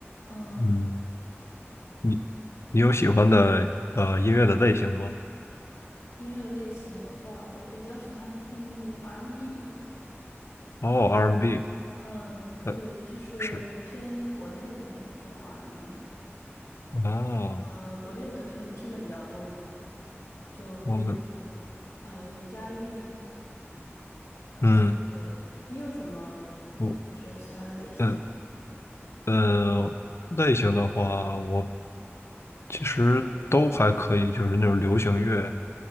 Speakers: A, on the left (about 85°); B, on the left (about 70°).
A: 呃，
B: 嗯，你你有喜欢的呃音乐的类型吗？
A: 音乐类型的话，我比较喜欢听 R&B，n
B: 哦，R&B，
A: 嗯、
B: 它
A: 对，就是偏国内的那种
B: 是
A: R&B，n
B: 哦，
A: 呃，国内的偏听的比较多吧，就比如
B: 我的
A: 呃余佳运呃之类的。
B: 嗯，
A: 你有什么
B: 我
A: 就是喜欢的类型吗？
B: 呃呃类型的话，我其实都还可以，就是那种流行乐，